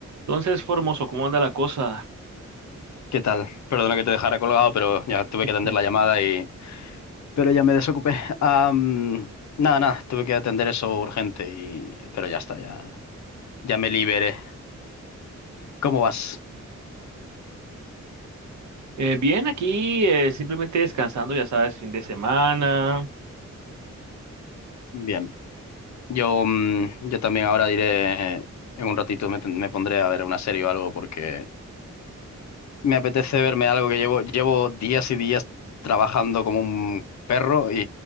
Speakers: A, on the right; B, on the left.
A: Entonces, Formoso, ¿cómo anda la cosa?
B: ¿Qué tal? Perdona que te dejara colgado, pero ya tuve que atender
A: Eh,
B: la llamada y... Pero ya me desocupé. Am, nada, nada, tuve que atender eso urgente y... Pero ya está, ya, ya me liberé. ¿Cómo vas?
A: eh, bien, aquí eh, simplemente descansando, ya sabes, fin de semana.
B: Bien. Yo, mm, yo también ahora diré... eh, En un ratito me, ten- me pondré a ver una serie o algo porque me apetece verme algo que llevo, llevo días y días trabajando como un perro y,